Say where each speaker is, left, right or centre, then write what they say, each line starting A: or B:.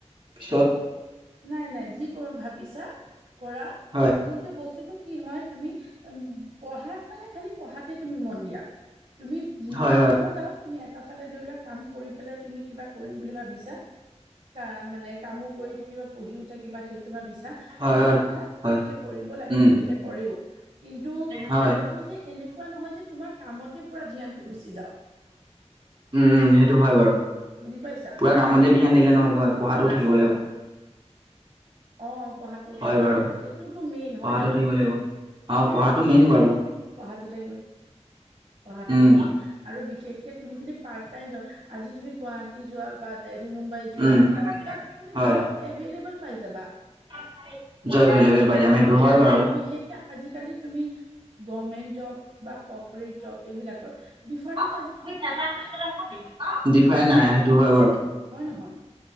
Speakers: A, on the right; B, on the right.
A: পিছত
B: নাই-নাই যি কৰোঁ ভাবিছা কৰা
A: হয়
B: কিন্তু বস্তুটো কি হয় তুমি উম পঢ়াত মানে খালি পঢ়াতে তুমি মন দিয়া তুমি
A: হয় হয়।
B: ন ডাউট তুমি এটা ফালে ধৰি লোৱা কাম কৰি পেলাই তুমি কিবা কৰিম বুলি ভাবিছা ক মানে কামো কৰি থাকিবা পঢ়িও থাকিবা সেইটো ভাবিছা
A: হয়
B: ভাল
A: হয়
B: কথা
A: হয়
B: তেনেকে কৰিব লাগে
A: উম
B: বহুতে কৰেও কিন্তু
A: হয়।
B: সেইটো যে এনেকুৱা নহয় যে তোমাৰ কামতে পুৰা ধ্যানটো গুচি যাওক
A: উম সেইটো হয় বাৰু
B: বুজি পাইছা
A: পুৰা কামতে দি ধ্যান দিলে
B: সেই
A: নহ'ব
B: বস্তুটো
A: পঢ়াতো
B: অলপ
A: থাকিব
B: চাবা
A: লাগিব।
B: অ পঢ়াটো
A: হয়
B: থাকিব
A: বাৰু
B: লাগিব সেইটোতো মেইন হয়
A: পঢ়াটো
B: ন?
A: থাকিব লাগিব অ পঢ়াটো মেইন বাৰু।
B: পঢ়াটো থাকিব পঢ়াটো
A: উম
B: মেইন আৰু বিশেষ কে তুমি যদি পাৰ্ট টাইম যা আজি তুমি গুৱাহাটী যোৱা বা দেলহি মুম্বাই যোৱা
A: উম
B: তাত তুমি
A: হয়
B: জব এভেলেভল পাই যাবা।
A: হয় <unintelligible> পাই যাম সেইটো বাৰু
B: আৰু বিশেষকে আজিকালি তুমি গভমেন্ট জব বা কপ ৰেট জব এইবিলাকত ডিফাৰেণ্ট
A: ডিফাৰেণ্ট নাই সেইটো হয় বাৰু।
B: হয় নহয়